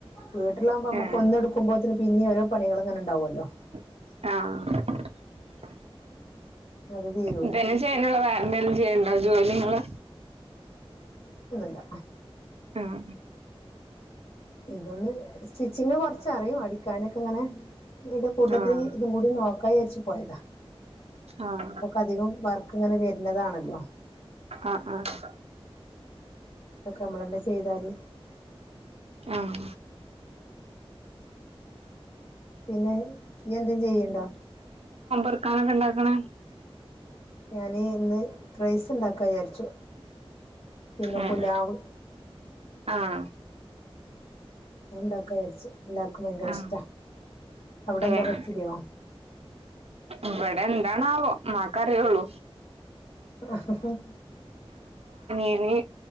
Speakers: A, on the left; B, on the right.
A: വീട്ടിലോ
B: ഏഹ്
A: വുമ്പോ ഒന്നെടുക്കുമ്പോത്തിന് പിന്നെയോരോ പണികളിങ്ങനെ ഉണ്ടാവ്വോല്ലോ
B: ആഹ്
A: അത് തീരൂല
B: ഇതന്നെ ചെയ്യാനുള്ളൂ വേറെന്തെല്ലും ചെയ്യണ്ടോ ജോലി ഇങ്ങള്
A: ഇല്ല
B: ആഹ്
A: ഇതൊന്ന് സ്റ്റിച്ചിങ് കൊറച്ച് അറിയും അടിക്കാനൊക്കെ ഇങ്ങനെ ഇതിന്റെ കൂട്ടത്തിൽ
B: ആഹ്
A: ഇതും കൂടി നോക്കാ വിചാരിച്ചു പോയതാ.
B: ആഹ്
A: ഇപ്പൊക്കെ അധികോം വർക്കിങ്ങനെ വരണതാണല്ലോ.
B: ആഹ് ആഹ്
A: ഇതൊക്കെ നമ്മളന്നെ ചെയ്താല്
B: ആഹ്
A: പിന്നെ ഈ എന്തേ ചെയ്യണ്ടോ?
B: ടുക്കാനൊക്കെ ഇണ്ടാക്കണ
A: ഞാന് ഇന്ന് റൈസ് ഇണ്ടാക്കാ വിചാരിച്ചു, പിന്നെ
B: ഏഹ്
A: പുലാവ്
B: ആഹ്
A: ഉണ്ടാക്കരിച്ച എല്ലാർക്കും ഭയങ്കര
B: ആഹ്
A: ഇഷ്ടാ അവിടെ
B: ഏഹ്
A: എന്താ പച്ചരിയോ
B: ഇവിടെ എന്താണാവോ ഉമ്മാക്കറിയുള്ള
A: ആഹ്
B: ഈന്